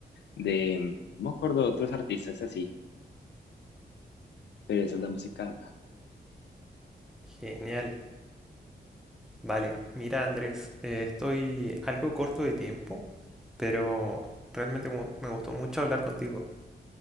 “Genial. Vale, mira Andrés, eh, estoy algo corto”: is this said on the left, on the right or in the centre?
Centre